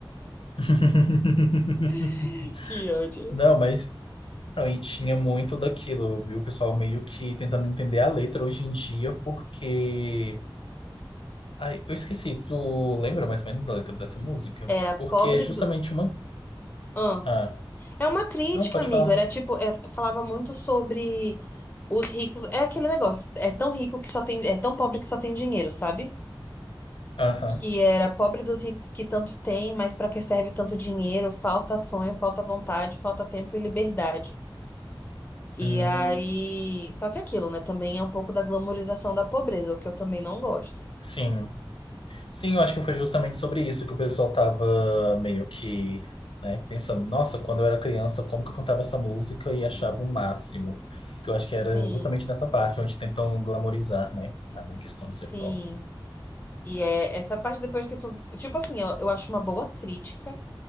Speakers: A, on the left; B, on the left.
A: <laughs>
B: <laughs> Que ódio.
A: Não, mas aí tinha muito daquilo, viu? O pessoal meio que tentando entender a letra hoje em dia, porque. Ai, eu esqueci, tu lembra mais ou menos da letra dessa música?
B: Era
A: Porque
B: pobre
A: é justamente
B: do.
A: uma.
B: Ahn.
A: Ah,
B: É uma crítica,
A: não, pode
B: amigo.
A: falar.
B: Era tipo, é- falava muito sobre os ricos. É aquele negócio. É tão rico que só tem. É tão pobre que só tem dinheiro, sabe?
A: Aham.
B: Que era pobre dos ricos que tanto tem, mas pra que serve tanto dinheiro? Falta sonho, falta vontade, falta tempo e liberdade. E
A: Hum,
B: aí. Só que é aquilo, né? Também é um pouco da glamorização da pobreza, o que eu também não gosto.
A: sim. Sim, eu acho que foi justamente sobre isso que o pessoal tava meio que, né, pensando, nossa, quando eu era criança, como que eu cantava essa música e achava o máximo? Que eu acho
B: Sim,
A: que era justamente nessa parte onde tentam glamorizar, né, a questão
B: sim.
A: de ser pobre.
B: E é essa parte depois que tu. Tipo assim, eu, eu acho uma boa crítica